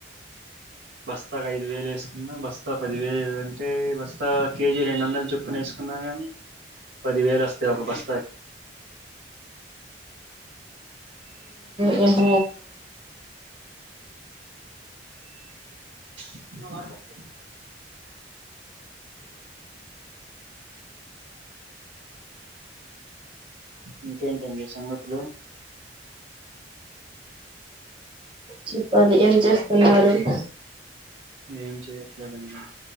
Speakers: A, on the right (about 80°); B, on the right (about 30°).
A: బస్తాకు ఐదు వేలు వేసుకున్నా బస్తా పది వేలు అంటే బస్తా కేజీ రెండు వందలు చొప్పున వేసుకున్నా గాని పది వేలుస్త త ఒక బస్తకి
B: ఉమ్
A: అ ఇంకేంటిండి సంగతులు
B: చెప్పాలి ఏం చేస్తున్నారు అ
A: ఏం చెయట్లేదండి